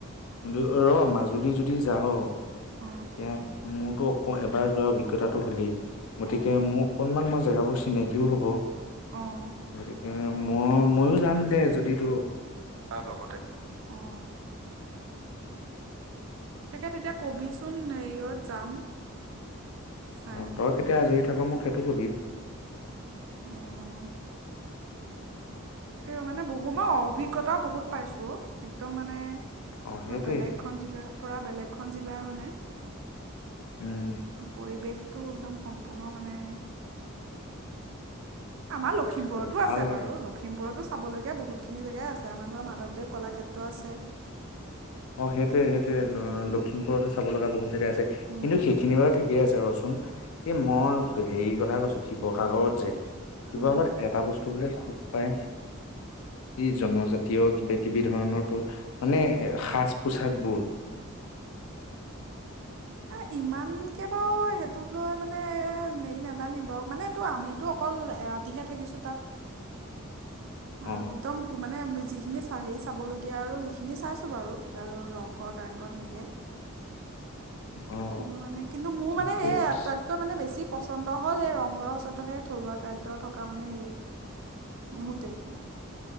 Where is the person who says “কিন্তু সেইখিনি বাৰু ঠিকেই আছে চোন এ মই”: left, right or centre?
Left